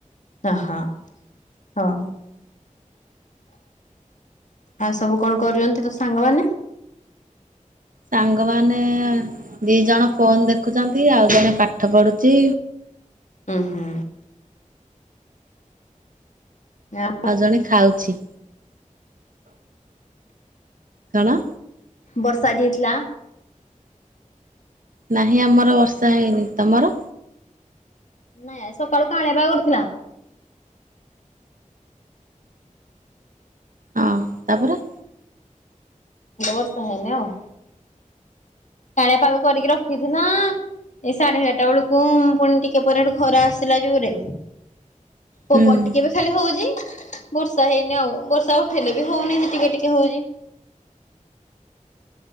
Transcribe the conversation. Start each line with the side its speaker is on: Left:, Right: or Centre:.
Left: ଅହ, ହଉ। ଆଉ ସବୁ କଣ କରୁଛନ୍ତି ତୋ ସାଙ୍ଗମାନେ?
Right: ସାଙ୍ଗମାନେ ଦି ଜଣ ଫୋନ ଦେଖୁଛନ୍ତି। ଆଉ ଜଣେ ପାଠ ପଢୁଛି।
Left: ଁ ହୁଁ। <unintelligible>
Right: ଆଉ ଜଣେ ଖାଉଛି। କଣ?
Left: ବର୍ଷା ଆଜି ହେଇଥିଲା?
Right: ନାହିଁ ଆମର ବର୍ଷା ହେଇନି, ତମର?
Left: ନାଇଁ ଆଜି ସକାଳୁ କାଆଁଣିଆ ପାଗ କରିଥିଲା।
Right: ହଁ, ତାପରେ?
Left: ବ୍ୟବସ୍ତା ହେଇନି ଆଉ। କାଳିଆ ପାଗ କରିକି ରଖିଛି ନା। ଏଇ ସାଢେ ଏଗାରଟା ବେଳକୁ ପୁଣି ଟିକେ ପରେ ହେଟୁ ଖରା ଆସିଲା ଯୋରରେ। ପବନ
Right: ହୁଁ।
Left: ଟିକେ ଏବେ ଖାଲି ହଉଛି। ବର୍ଷା ହେଇନି ଆଉ। ବର୍ଷା ଉଠେଇଲେ ବି ହଉନି, ଟିକେ ଟିକେ ହଉଛି।